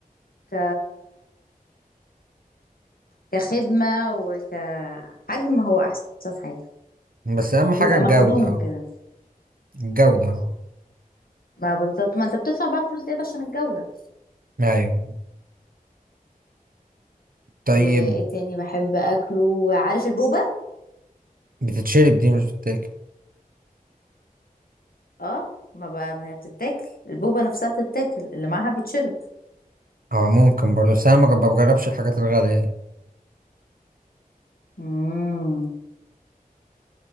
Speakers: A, on the left; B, on the right.
A: ك كخدمة وكحجم هو احسن حاجة
B: بس أهم حاجة
A: بيبقى
B: الجودة
A: مخدوم
B: اه
A: كده
B: الجودة اه
A: ما بالظبط ما انت بتدفع بقى فلوس زيادة عشان الجودة
B: أيوة طيب
A: وايه تاني بحب اكله عارف البوبة
B: بتتشرب دي مش بتتاكل
A: اه ما بقى ما هي بتتاكل البوبة نفسها بتتاكل اللي معاها بتشرب
B: اه ممكن برضه بس أنا ما بجربش الحاجات الغالية دي
A: مم.